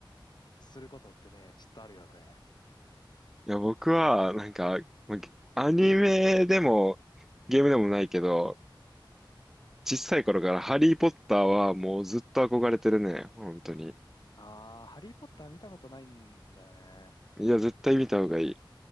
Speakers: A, on the left (about 55°); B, in the centre.
A: することってね、ちょっとあるよね。
B: いや、僕は、なんか、まあゲアニメでも、ゲームでもないけど、小さい頃からハリー・ポッターはもうずっと憧れてるね。本当に。
A: あー、ハリーポッター見たことないんだよね。
B: いや、絶対見た方がいい。